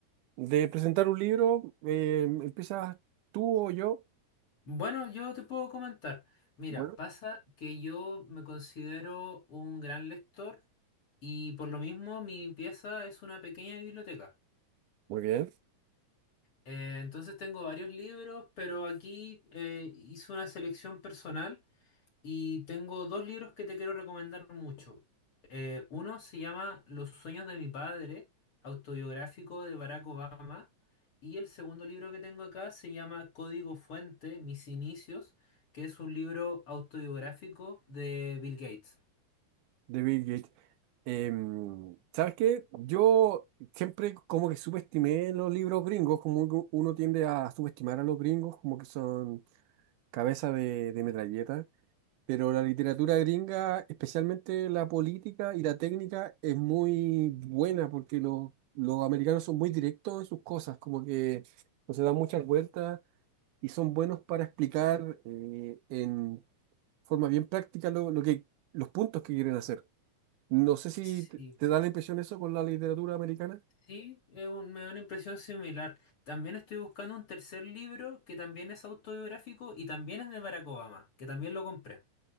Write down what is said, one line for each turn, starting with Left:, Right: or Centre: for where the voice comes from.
Right: de presentar un libro. Eh, ¿empiezas tú o yo?
Left: Bueno, yo te puedo comentar. Mira,
Right: Bueno,
Left: pasa que yo me considero un gran lector y por lo mismo mi pieza es una pequeña biblioteca.
Right: muy bien,
Left: Eh, entonces tengo varios libros, pero aquí eh, hice una selección personal y tengo dos libros que te quiero recomendar mucho. Eh, uno se llama Los sueños de mi padre, autobiográfico de Barack Obama. Y el segundo libro que tengo acá se llama Código Fuente, Mis inicios, que es un libro autobiográfico de Bill Gates.
Right: de Bill Gates. Em, ¿sabes qué? Yo siempre como que subestimé los libros gringos, como uno uno tiende a subestimar a los gringos, como que son cabeza de, de metralleta. Pero la literatura gringa, especialmente la política y la técnica, es muy buena porque los, los americanos son muy directos en sus cosas, como que no se dan muchas vueltas y son buenos para explicar eh, en forma bien práctica lo, lo que, los puntos que quieren hacer. No sé si
Left: Sí,
Right: te, te da la impresión eso con la literatura americana.
Left: sí, es un- me da una impresión similar. También estoy buscando un tercer libro que también es autobiográfico y también es de Barack Obama, que también lo compré.